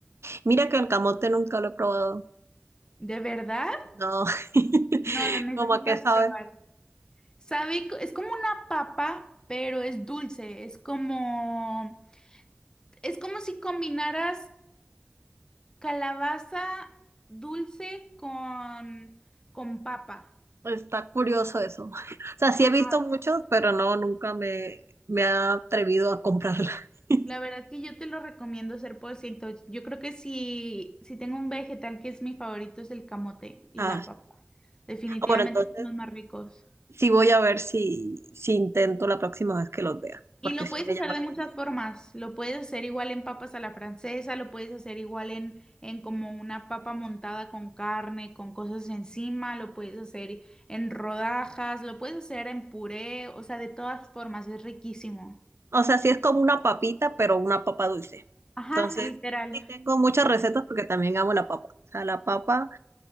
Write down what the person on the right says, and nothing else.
Mira que el camote nunca lo he probado.
No, <laughs>
como a qué sabe.
Está curioso eso. O sea, sí
he visto muchos, pero no, nunca me, me ha atrevido a comprarla. <laughs>
Ah,
bueno, entonces
sí voy a ver si, si intento la próxima vez que los vea, porque
sí
me
llama
la
atención.
O sea, sí es como una papita, pero una papa dulce.
Entonces,
sí tengo muchas recetas porque también amo la papa. O sea, la papa,